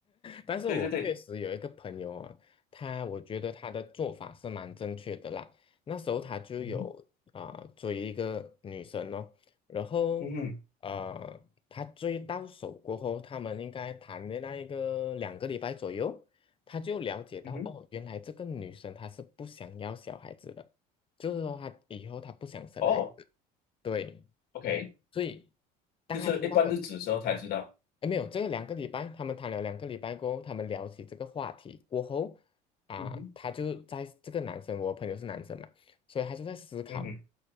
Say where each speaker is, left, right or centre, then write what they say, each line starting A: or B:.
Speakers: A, on the left; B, on the left.
A: 但是我确实有一个朋友啊，
B: 对对对，
A: 他我觉得他的做法是蛮正确的啦。那时候他就有啊、
B: 嗯
A: 追一个女生哦，然后呃，
B: 嗯哼
A: 他追到手过后，他们应该谈的那一个两个礼拜左右，他就了解到哦，
B: 嗯哼嗯哼，
A: 原来这个女生她是不想要小孩子的，就是说她以后她不想生孩子。
B: 哦
A: 对，
B: ，OK。
A: 所以当他知道了。
B: 就是一般日子的时候才知道。
A: 哎，没有，这个两个礼拜，他们谈了两个礼拜过后，他们聊起这个话题过后，啊、
B: 嗯哼，
A: 他就在这个男生，我朋友是男生嘛，所以他就在思考，
B: 嗯哼，